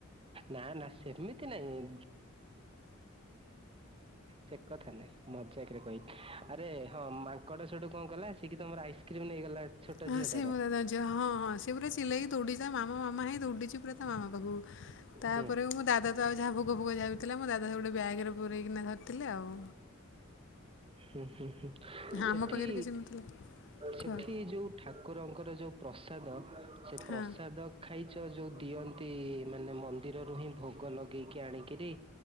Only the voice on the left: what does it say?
ହଁ
ସେଇ ମୋ ଦା ହଁ ହଁ ସେ ପୁରା ଚିଲେଇକି ଦୌଡ଼ିଛି ମାମା ମାମା ହିଁ ଦୌଡ଼ିଛି ପୁରା ତା ମାମା ପାଖକୁ। ତାପରେ
ମୋ ଦାଦା ତ ଆଉ ଯାହା ଭୋକ ଫୋଗ ଯାବିଥିଲା ମୋ ଦା ସ ଗୋଟେ ବ୍ୟାଗରେ ପୁରଇକିନା ଧରିଥିଲେ ଆଉ।
ହଁ
ଆମ ପାଖରେ କିଛି ନଥିଲା କୁହ
ହଁ